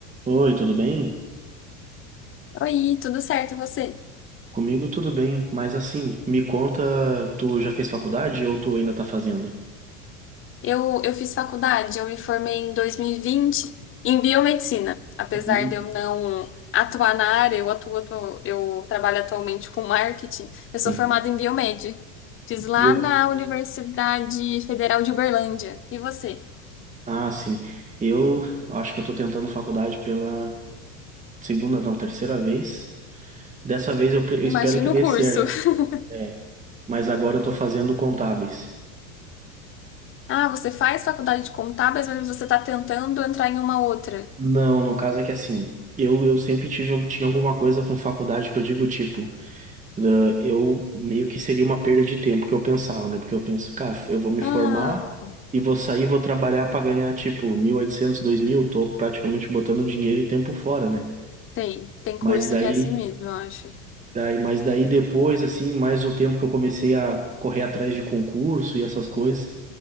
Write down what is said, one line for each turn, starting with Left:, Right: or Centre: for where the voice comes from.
Right: Oi, tudo bem?
Left: Oi, tudo certo, e você?
Right: Comigo tudo bem, mas assim, me conta, tu já fez faculdade ou tu ainda tá fazendo?
Left: Eu, eu fiz faculdade, eu me formei em 2020 em biomedicina. Apesar
Right: Viu?
Left: de eu não atuar na área, eu atuo, atuo- eu trabalho atualmente com marketing. Eu sou
Right: Sim.
Left: formada em biomed. Fiz lá
Right: Viu?
Left: na Universidade Federal de Uberlândia. E você?
Right: Ah, sim. Eu acho que eu tô tentando faculdade pela segunda, não, terceira vez. Dessa vez eu, pre- eu
Left: Imagina
Right: espero que dê
Left: o curso.
Right: certo.
Left: <laughs>
Right: É, mas agora eu tô fazendo contábeis.
Left: Ah, você faz faculdade de contábeis, mas você está tentando entrar em uma outra.
Right: Não, no caso é que assim, eu, eu sempre tive, eu tinha alguma coisa com faculdade que eu digo tipo. né, eu meio que seria uma perda de tempo que eu pensava, né? Porque eu penso, cara, eu vou me
Left: Ah,
Right: formar e vou sair, vou trabalhar para ganhar tipo mil e oitocentos, dois mil. tô praticamente botando dinheiro e tempo fora, né?
Left: tem. Tem
Right: Mas
Left: curso
Right: daí,
Left: que é assim mesmo, eu acho.
Right: daí, mas daí depois, assim, mais um tempo que eu comecei a correr atrás de concurso e essas coisas,